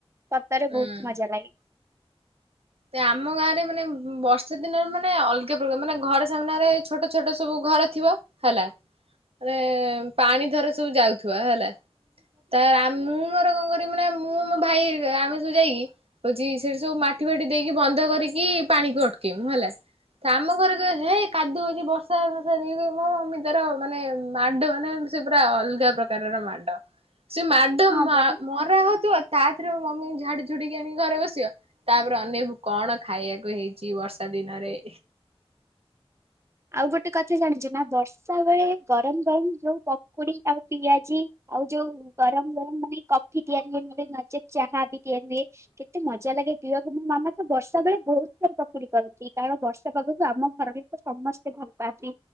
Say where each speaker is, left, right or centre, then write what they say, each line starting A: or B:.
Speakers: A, on the right; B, on the right.
A: ସତରେ
B: ହୁଁ।
A: ବହୁତ ମଜା ଲାଗେ।
B: ତ ଆମ ଗାଁରେ ମାନେ ବର୍ଷା ଦିନରେ ମାନେ ଅଲଗା ପ୍ରକାର ମାନେ ଘର ସାମ୍ନାରେ ଛୋଟ ଛୋଟ ସବୁ ଘର ଥିବ ହେଲା ମାନେ ପାଣି ଧର ସବୁ ଯାଉଥିବ ହେଲା। ତାପରେ ମୁଁ ମୋର କଣ କରିବି ନା ମୁଁ ମୋ ଭାଇ ଆମେ ସବୁ ଯାଇକି ହଉଛି ସେଠି ସବୁ ମା ବାଟି ଦେଇକି ବନ୍ଦ କରିକି ପାଣିକୁ ଅଟକେଇମୁ ହେଲା। ଆମ ଘରେ ହେଇ କାଦୁଅ ହଉଛି ବର୍ଷା ବର୍ଷା <unintelligible> ମୋ ମମି ତାର ମାନେ ମାଡ ମାନେ ସେ ପୁରା ଅଲଗା ପ୍ରକାରର ମାଡ ସେ ମାଡ଼
A: ହଁ
B: ମା-ମରା
A: ପରା।
B: ହଉଥିବ ତାଥିରେ ମମି ଝାଡି ଝୁଡିକି ଆଣିକି ଘରେ ବସିବ। ତାପରେ ଅନେକ କଣ ଖାଇବାକୁ ହେଇଛି ବର୍ଷା ଦିନରେ
A: ଆଉ ଗୋଟେ କଥା ଜାଣିଛୁ ନା ବର୍ଷା ବେଳେ ଗରମ ଗରମ ଯୋଉ ପକୁଡି ଆଉ ପିଆଜି। ଆଉ ଯୋଉ ଗରମ ଗରମ ମାନେ କଫି ତିଆରି ହୁଏ ମାନେ ନଚେତ୍ ଚାହା ବି ତିଆରି ହୁଏ କେତେ ମଜା ଲାଗେ। ପିଇବାକୁ ମୋ ମାମା ତ ବର୍ଷା ବେ ବହୁତ ସାରା ପକୁଡି କରନ୍ତି କାରଣ ବର୍ଷା ପାଗକୁ ଆମ ଘର ସମସ୍ତେ ଭଲ ପାଆନ୍ତି